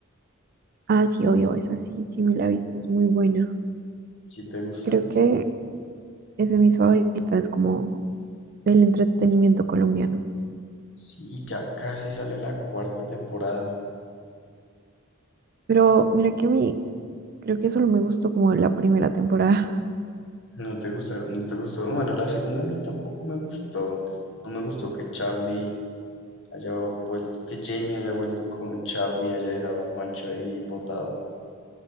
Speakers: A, on the right (about 45°); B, on the left (about 60°).
A: Ah, sí, obvio, esa sí, sí me la he visto, es muy buena.
B: ¿si te gusta?
A: Creo que es de mis favoritas como del entretenimiento colombiano.
B: Sí, ya casi sale la cuarta temporada.
A: Pero mira que a mí, creo que solo me gustó como la primera temporada. <laughs>
B: No te gustó, no te gustó. Bueno, la segunda a mí tampoco me gustó. No me gustó que Charlie haya vuelto, que Jamie haya vuelto con Charlie y haya dejado a Juancho ahí botado.